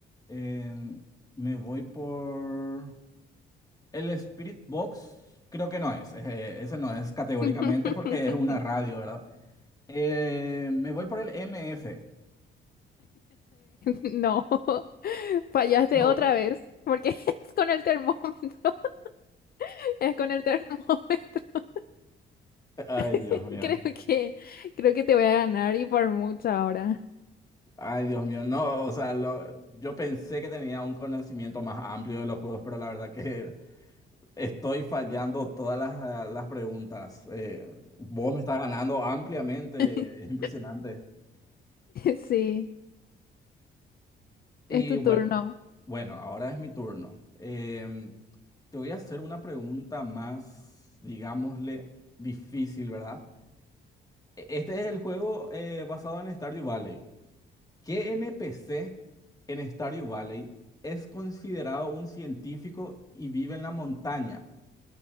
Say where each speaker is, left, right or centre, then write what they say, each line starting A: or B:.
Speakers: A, on the left; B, on the left.
A: En- me voy por... El Spirit Box creo que no es. <laughs> eh, ese no es categóricamente
B: <laughs>
A: porque es una radio, ¿verdad? Eh, me voy por el MF.
B: No, fallaste
A: No.
B: otra vez, porque <laughs> es con el termómetro, <laughs> es con el termómetro.
A: Ay,
B: <laughs>
A: Dios mío.
B: Creo que, creo que te voy a ganar y por mucho ahora.
A: Ay, Dios mío. No, o sea, lo- yo pensé que tenía un conocimiento más amplio de los juegos, pero la verdad que Estoy fallando todas las, ah, las preguntas. Eh, vos me estás ganando ampliamente,
B: <laughs>
A: es impresionante.
B: Sí,
A: Y
B: es tu
A: bueno,
B: turno.
A: bueno, ahora es mi turno. Em, te voy a hacer una pregunta más, digámosle, difícil, ¿verdad? E- Este es el juego eh, basado en Stardew Valley. ¿Qué NPC en Stardew Valley es considerado un científico y vive en la montaña?